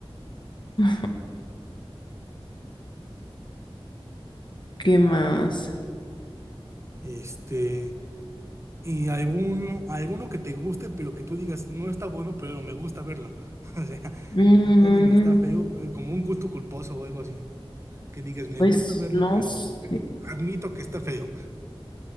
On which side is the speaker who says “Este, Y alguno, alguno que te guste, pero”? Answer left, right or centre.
Right